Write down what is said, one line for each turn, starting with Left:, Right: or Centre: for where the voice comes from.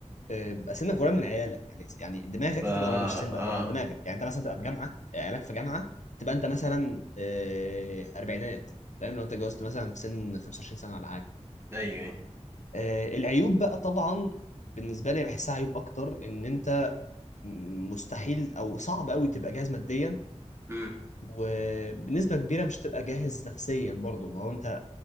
Left: آه، بيبقى سنك قريب من عيالك يعني يعني دماغك
Right: فا
Left: هتبقى قريب مش سنك
Right: اه
Left: طبعا دماغك يعني انت مثلا تبقى في جامعه آه، عيالك في جامعه تبقى انت مثلا آه، اربعينات فاهم لو انت اتجوزت مثلا في سن 25 سنه ولا حاجه
Right: ايوه
Left: آه، العيوب بقى طبعا بالنسبه لي بحسها عيوب اكتر ان انت مستحيل او صعب قوي تبقى جاهز ماديا
Right: امم
Left: وبنسبه كبيره مش تبقى جاهز نفسيا برضه ما هو انت